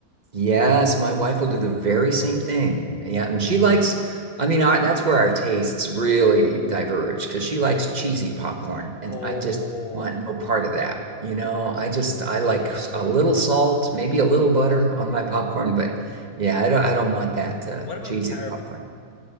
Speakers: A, on the right; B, on the left.
A: Yes, my wife will do the very same thing. Yeah, and she likes, I mean, our, that's where our tastes really diverge because she likes cheesy popcorn, and
B: Oh,
A: I just want no part of that. You know, I just I like a little salt, maybe a little butter on my popcorn, but yeah, I don't I don't want that uh,
B: what about
A: cheesy
B: caramel?
A: popcorn.